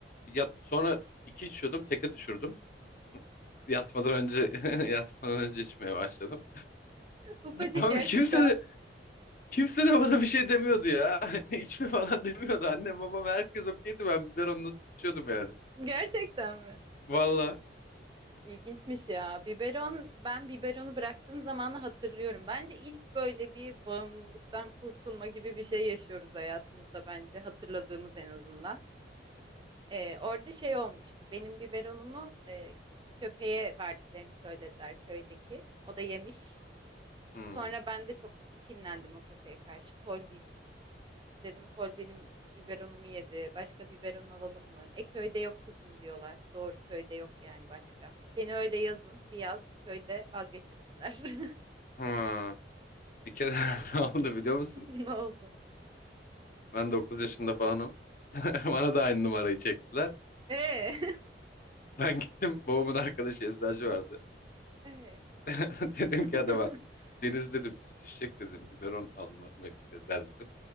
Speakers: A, on the left (about 45°); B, on the right (about 25°).
A: Yat, sonra iki içiyordum, teke düşürdüm. Yatmadan önce <laughs> yatmadan önce içmeye başladım.
B: Ufacık
A: Abi
B: yaşta.
A: kimse de kimse de bana bir şey demiyordu ya. <laughs> İçme falan demiyordu. Annem babam herkes okeydi. Ben biberonla nasıl içiyordum yani.
B: Gerçekten mi?
A: Valla.
B: İlginçmiş ya. Biberon, ben biberonu bıraktığım zamanı hatırlıyorum. Bence ilk böyle bir bağımlılıktan kurtulma gibi bir şey yaşıyoruz hayatımızda bence. Hatırladığımız en azından. Ee, orada şey olmuştu. Benim biberonumu e, köpeğe verdiklerini söylediler köydeki. O da yemiş.
A: Hmm.
B: Sonra ben de çok kinlendim o köpeğe karşı. Poldi ismi. Dedim Pol benim biberonumu yedi. Başka biberon alalım mı? E köyde yok kızım diyorlar. Doğru köyde yok yani başka. Beni öyle yazın bir yaz köyde vazgeçirdiler. <laughs>
A: Hmm. Bir kere <laughs> ne oldu biliyor musun?
B: Ne oldu?
A: Ben 9 yaşında falanım. <laughs> Bana da aynı numarayı çektiler.
B: Ee,
A: Ben gittim babamın arkadaşı eczacı vardı.
B: <laughs> ee.
A: <laughs> Dedim
B: <laughs>
A: ki adama Deniz dedim süt içecek dedim biberon almamı istediler dedim.